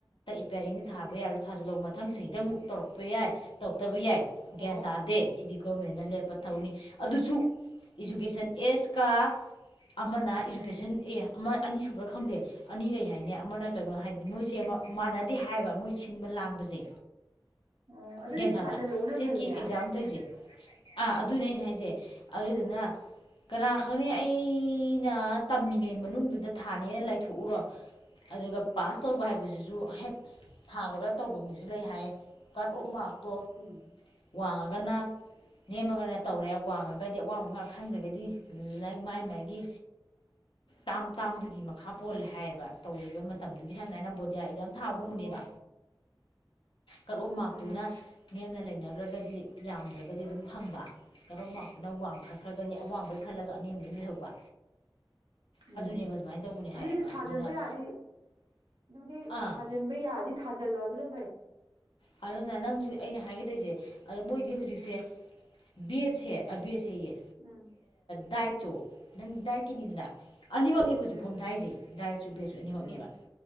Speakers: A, on the left (about 90°); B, on the right (about 75°).
A: ꯄꯦꯔꯤꯡ ꯊꯥꯕ
B: ꯑ
A: ꯌꯥꯔꯣꯏ ꯊꯥꯖꯤꯜꯂꯛꯎ ꯃꯊꯪ ꯆꯍꯤꯗ ꯑꯃꯨꯛ ꯇꯧꯔꯛꯄ ꯌꯥꯏ ꯇꯧ ꯐꯠꯇꯕ ꯌꯥꯏ
B: ꯑꯣ
A: ꯒ꯭ꯌꯥꯟ ꯇꯥꯗꯦ ꯁꯤꯗꯤ ꯒꯣꯔꯔꯃꯦꯟꯅ ꯂꯦꯞꯄ ꯊꯕꯛꯅꯤ ꯑꯗꯨꯁꯨ ꯏꯖꯨꯀꯦꯁꯟ ꯑꯦꯖꯀ ꯑꯃꯅ ꯏꯗꯨꯗꯨꯀꯦꯁꯟ
B: ꯎꯝ
A: ꯑꯦ ꯑꯃ ꯑꯅꯤ ꯁꯨꯕ꯭ꯔꯥ ꯈꯪꯗꯦ ꯑꯅꯤ ꯂꯩ ꯍꯥꯏꯅꯦ ꯑꯃꯅ ꯀꯩꯅꯣ ꯍꯥꯏ ꯃꯣꯏꯁꯦ ꯃꯥꯟꯅꯗꯦ ꯍꯥꯏꯕ ꯃꯣꯏ ꯁꯤꯟꯕ ꯂꯥꯡꯕꯁꯦ
B: ꯑꯣ ꯑꯗꯨꯑꯣꯏꯗꯤ
A: ꯒ꯭ꯌꯥꯟ ꯇꯥꯕ꯭ꯔꯥ
B: ꯊꯥꯖꯤꯜ ꯍꯧꯕꯅꯥ
A: ꯇꯦꯠꯀꯤ
B: ꯐꯩꯅꯦ
A: ꯑꯦꯛꯖꯥꯝ ꯇꯧꯔꯤꯁꯦ ꯑꯥ ꯑꯗꯨꯅꯦ
B: ꯎꯝ
A: ꯑꯩ ꯍꯥꯏꯁꯦ ꯑꯗꯨꯗꯨꯅ ꯀꯅꯥ ꯈꯪꯅꯤ ꯑꯩꯅ ꯇꯝꯃꯤꯉꯩ ꯃꯅꯨꯡꯗꯨꯗ ꯊꯥꯅꯦꯅ ꯂꯩꯊꯣꯛꯎꯔꯣ ꯑꯗꯨꯒ ꯄꯥꯁ ꯇꯧꯕ ꯍꯥꯏꯕꯁꯤꯁꯨ ꯍꯦꯛ ꯊꯥꯕꯒ ꯇꯧꯕ ꯃꯤꯁꯨ ꯂꯩ ꯍꯥꯏꯌꯦ ꯀꯠ ꯑꯣꯐ ꯃꯥꯔꯛꯇꯣ
B: ꯎꯝ
A: ꯋꯥꯡꯉꯒꯅ ꯅꯦꯝꯃꯒꯅ ꯇꯧꯔꯦ ꯋꯥꯡꯉꯒꯗꯤ ꯑꯋꯥꯡꯕꯉꯛ ꯈꯟꯗ꯭ꯔꯒꯗꯤ ꯃꯥꯏ ꯃꯥꯏꯒꯤ ꯇꯥꯝ ꯇꯥꯝꯗꯨꯒꯤ ꯃꯈꯥ ꯄꯣꯜꯂꯦ ꯍꯥꯏꯌꯦꯕ ꯇꯧꯔꯤꯕ ꯃꯇꯝꯗꯨꯒꯤ ꯁꯃꯥꯏꯅ ꯕꯣꯗꯤꯌꯥ ꯊꯥꯎꯒꯨꯝꯕꯅꯦꯕ
B: ꯑꯣ
A: ꯀꯔꯣꯝ ꯃꯥꯛꯇꯨꯅ
B: ꯎꯝ
A: ꯅꯦꯝꯅ ꯂꯩꯅꯈ꯭ꯔꯒ ꯒꯗꯤ ꯌꯥꯝꯗ꯭ꯔꯒꯗꯤ ꯑꯗꯨꯝ ꯐꯪꯕ ꯀꯔꯣꯝ ꯃꯥꯛꯇꯅ ꯋꯥꯡ ꯈꯛꯈ꯭ꯔꯒꯗꯤ
B: ꯑꯣ
A: ꯑꯋꯥꯡꯕꯩ ꯈꯜꯂꯒ ꯑꯅꯦꯝꯕ ꯑꯗꯨꯝ ꯂꯩꯍꯧꯕ ꯑꯗꯨꯅꯦꯕ
B: ꯎꯝ
A: ꯑꯗꯨꯃꯥꯏꯅ ꯇꯧꯕꯅꯦ ꯍꯥꯏꯌꯦꯕ
B: ꯑꯗꯨꯗꯤ ꯊꯥꯖꯤꯟꯕ
A: ꯑꯗꯨꯅ
B: ꯌꯥꯔꯗꯤ ꯑꯗꯨꯗꯤ ꯊꯥꯖꯤꯟ
A: ꯑꯥ
B: ꯊꯥꯖꯤꯟꯕ ꯌꯥꯔꯥꯗꯤ ꯊꯥꯖꯤꯜꯂꯣ ꯑꯗꯨꯅ ꯐꯩ
A: ꯑꯗꯨꯅ ꯅꯪꯁꯨ ꯑꯩꯅ ꯍꯥꯏꯒꯗꯧꯔꯤꯁꯦ ꯑꯗꯣ ꯃꯣꯏꯗꯤ ꯍꯧꯖꯤꯛꯁꯦ
B: ꯎꯝ
A: ꯕꯤꯠꯁꯦ ꯕꯤ
B: ꯎꯝ
A: ꯗꯥꯏꯠ ꯇꯣ ꯅꯪ ꯗꯥꯏꯠ ꯀꯤꯅꯤꯗꯨꯅ ꯑꯅꯤꯃꯛꯅꯦꯕ ꯍꯧꯖꯤꯛ
B: ꯎꯝ
A: ꯐꯣꯝꯗꯥꯁꯦ ꯗꯥ꯭ꯔꯥꯏ ꯆꯨꯕꯦꯁꯨ ꯑꯅꯤꯃꯛꯅꯦꯕ
B: ꯎꯝ